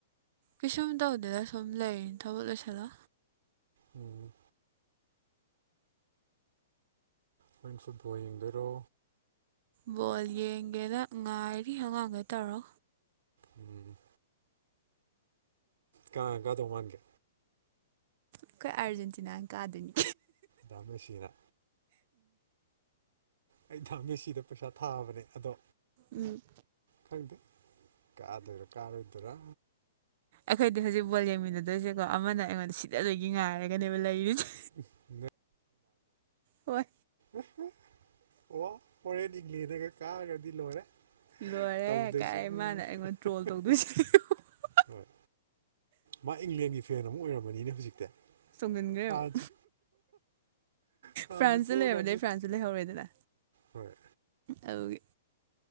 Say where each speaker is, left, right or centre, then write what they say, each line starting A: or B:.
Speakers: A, on the right; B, on the right.
A: ꯀꯩꯁꯨꯨꯝꯝꯇꯧꯗꯦꯗ ꯁꯨꯝ ꯂꯩ ꯊꯕꯣꯛ ꯂꯣꯏꯁꯤꯟꯂ
B: ꯎꯝ ꯅꯪꯁꯨ ꯕꯣꯜ ꯌꯦꯡꯗꯣꯏꯔꯣ
A: ꯕꯣꯜ ꯌꯦꯡꯒꯦꯅ ꯉꯥꯏꯔꯤ ꯑꯉꯥꯡꯒ ꯇꯧꯔꯥ
B: ꯎꯝ ꯀꯅꯥ ꯀꯥꯗꯧ ꯃꯥꯟꯒꯦ
A: ꯑꯩꯈꯣꯏ ꯑꯥꯔꯖꯦꯟꯇꯤꯅꯥꯅ ꯀꯥꯗꯣꯏꯅꯤ
B: ꯗꯥ ꯃꯦꯁꯤꯅ ꯑꯩ ꯗꯥ ꯃꯦꯁꯤꯗ ꯄꯩꯁꯥ ꯊꯥꯕꯅꯦ ꯑꯗꯣ
A: ꯎꯝ
B: ꯈꯪꯗꯦ ꯀꯥꯗꯣꯏꯔꯥ ꯀꯥꯔꯣꯏꯗꯣꯏꯔꯥ
A: ꯑꯩꯈꯣꯏꯗꯤ ꯍꯧꯖꯤꯛ ꯕꯣꯜ ꯌꯦꯡꯃꯤꯟꯅꯗꯣꯏꯁꯦꯀꯣ ꯑꯃꯅ ꯑꯩꯉꯣꯟꯗ ꯁꯤꯗ ꯗꯣꯏꯒꯤ ꯉꯥꯏꯔꯒꯅꯦꯕ ꯂꯩꯔꯤꯁꯦ
B: <unintelligible>
A: ꯍꯣꯏ
B: ꯑꯣꯍꯣ ꯍꯣꯔꯦꯟ ꯏꯪꯡꯂꯦꯟꯅꯒ ꯀꯥꯔꯒꯗꯤ ꯂꯣꯏꯔꯦ
A: ꯂꯣꯏꯔꯦ
B: ꯇꯧꯗꯣꯏꯁꯦ
A: ꯀꯥꯏ
B: ꯎꯝ
A: ꯃꯥꯅ
B: <unintelligible>
A: ꯑꯩꯉꯣꯟꯗ <unintelligible>
B: ꯍꯣꯏ ꯃꯥ ꯏꯪꯂꯦꯟꯒꯤ ꯐꯦꯟ ꯑꯃꯨꯛ ꯑꯣꯏꯔꯝꯕꯅꯤꯅꯦ ꯍꯧꯖꯤꯛꯇꯤ
A: ꯆꯣꯡꯖꯤꯟꯈ꯭ꯔꯦ
B: ꯐ꯭ꯔꯥꯟꯁꯨ
A: ꯑꯃꯨꯛ
B: ꯐ꯭ꯔꯥꯟꯁꯨ
A: ꯐ꯭ꯔꯥꯟꯁꯇ
B: ꯄꯣꯈ꯭ꯔꯕꯅꯤ
A: ꯂꯩꯔꯕꯗꯩ ꯐ꯭ꯔꯥꯟꯁꯇꯣ ꯂꯩꯍꯧꯔꯦꯗꯅ
B: ꯍꯣꯏ
A: ꯑꯎꯒꯤ